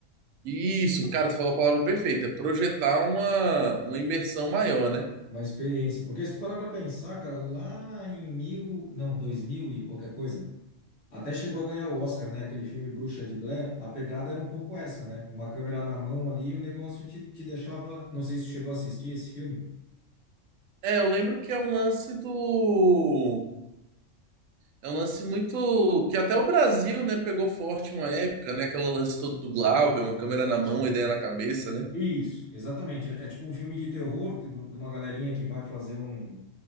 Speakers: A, on the right; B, on the left.
A: Isso, cara, tu falou a palavra perfeita. Projetar uma, uma imersão maior, né?
B: Uma experiência. Porque se tu parar para pensar, cara, lá em mil, não, dois mil e qualquer coisa. Até chegou a ganhar o Oscar, né? Aquele filme Bruxa de Blair. A pegada era um pouco essa, né? Uma câmera na mão ali e o negócio te, te deixava. Não sei se você chegou a assistir esse filme.
A: É, eu lembro que é um lance do. É um lance muito. que até o Brasil, né, pegou forte uma época, né? Aquela lance todo do Glauber, uma câmera na mão, uma ideia na cabeça, né?
B: Isso, exatamente. É, é tipo um filme de terror de, de uma galerinha que vai fazer um.